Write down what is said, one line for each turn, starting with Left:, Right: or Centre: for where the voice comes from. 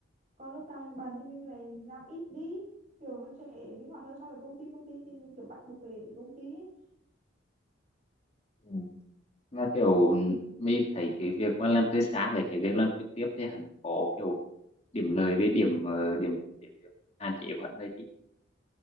Right: còn lúc nào mình bận thì mình lại làm ít đi kiểu nó sẽ linh hoạt hơn so với công ty công ty thì mình kiểu bắt buộc phải đến công ty ấy.
Left: Ừ. là kiểu mi thấy cái việc mà làm từ xa với cái việc làm trực tiếp thì hắn có kiểu điểm lợi với điểm ờ, điểm, điểm, điểm hạn chế của hắn là